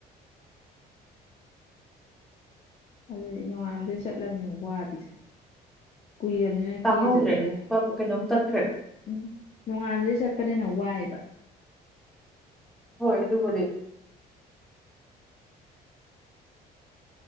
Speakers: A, on the left; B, in the centre.
A: ꯑꯗꯨꯗꯤ ꯅꯣꯡꯉꯥꯝꯗꯩ ꯆꯠꯂꯅꯤꯅ ꯋꯥꯕꯤꯗꯣ ꯀꯨꯏꯔꯕꯅꯤꯅ
B: ꯇꯥꯍꯧꯗ꯭ꯔꯦ
A: ꯀꯦꯗꯗ
B: ꯀꯩꯅꯣꯝ ꯇꯠꯈ꯭ꯔꯦ
A: ꯎꯝ ꯅꯣꯡꯉꯥꯟꯕꯗ ꯆꯠꯄꯅꯤꯅ ꯋꯥꯏꯑꯕ
B: ꯍꯣꯏ ꯇꯕꯨꯗꯤꯦ